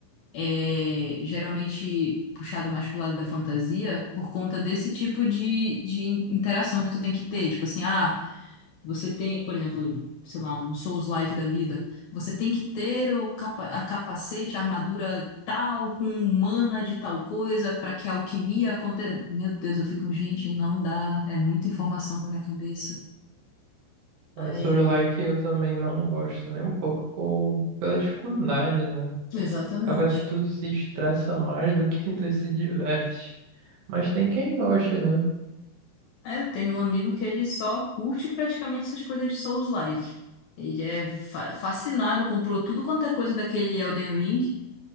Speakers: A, on the left (about 60°); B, on the right (about 60°).
A: é, geralmente puxado mais pro lado da fantasia por conta desse tipo de, de in- interação que tu tem que ter. Tipo assim, ah, você tem, por exemplo, sei lá, um Souls-like da vida. Você tem que ter o capa- a capacete, a armadura tal, com mana de tal coisa, pra que a alquimia aconteça. Meu Deus, eu fico, gente, não dá. É muita informação pra minha cabeça. Aí,
B: É, sobre o like eu também não gosto nem um pouco por, pela dificuldade, né?
A: exatamente.
B: Acaba que tu se estressa mais do que <laughs> tu se diverte. Mas tem quem goste, né?
A: É, eu tenho um amigo que ele só curte praticamente essas coisas de Souls-like. Ele é fa- fascinado, comprou tudo quanto é coisa daquele Elden Ring.